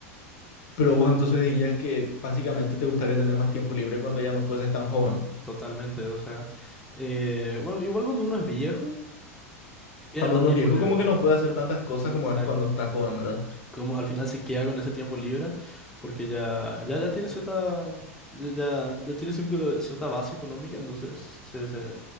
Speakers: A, on the left (about 55°); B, in the centre.
A: Pero vos entonces dirías que básicamente te gustaría tener más tiempo libre cuando ya no fueses tan joven.
B: totalmente. O sea, eh, bueno, igual cuando uno es viejo, tiene
A: Cuando
B: más
A: uno
B: tiempo
A: es viejo,
B: libre.
A: como que no puede hacer tantas cosas como
B: Exacto.
A: es cuando está joven, ¿verdad?
B: como al final se queda con ese tiempo libre, porque ya, ya, ya tiene cierta, ya, ya- ya tiene siempre cierta base económica, entonces, se, se-